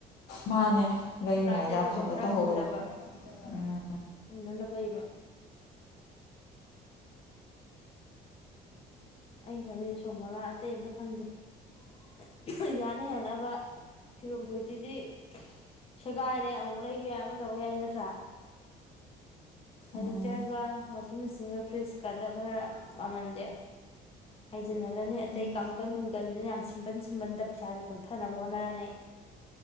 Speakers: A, on the left (about 80°); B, on the left (about 35°).
A: ꯃꯥꯅꯦ ꯂꯩꯔꯤꯉꯩꯗ
B: ꯕ꯭ꯔꯥꯟꯗꯦꯠ ꯑꯣꯏꯕ
A: ꯑꯐꯕ
B: ꯈꯔ
A: ꯇꯧꯍꯧꯕꯗꯣ
B: ꯐꯖꯕ
A: ꯎꯝ
B: ꯑꯗꯨꯅ ꯐꯩꯕ ꯑꯩ ꯈꯜꯂꯤꯁꯦ ꯁꯣ ꯃꯣꯂꯥ ꯑꯇꯩ ꯑꯝꯇ ꯈꯟꯗꯦ <unintelligible> ꯌꯥꯅꯥ ꯌꯥꯅꯕ ꯐꯤꯔꯣꯜ ꯐꯨꯔꯤꯠꯇꯨꯗꯤ ꯁꯦꯒꯥꯏꯔꯦ ꯑꯃꯨꯛ ꯂꯩꯕ ꯌꯥꯏ ꯑꯃ ꯇꯧꯕ ꯌꯥꯏ ꯅꯠꯇ꯭ꯔꯥ ꯐꯔꯅꯤꯆꯔꯒ
A: ꯎꯝ
B: ꯋꯥꯁꯤꯡ ꯃꯦꯆꯤꯟꯒ ꯐ꯭ꯔꯤꯖꯀꯗ ꯈꯔ ꯃꯃꯜꯁꯦ ꯍꯥꯏꯖꯤꯜꯍꯜꯂꯅꯤ ꯑꯇꯩ
A: ꯎꯝ
B: ꯀꯥꯡꯒꯟ ꯅꯨꯡꯒꯟꯖꯦ ꯌꯥꯝ ꯁꯤꯝꯄꯟ ꯁꯤꯝꯄꯟꯗ ꯄꯩꯁꯥꯁꯦ ꯀꯛꯊꯅꯕ ꯍꯣꯠꯅꯔꯅꯤ ꯑꯩ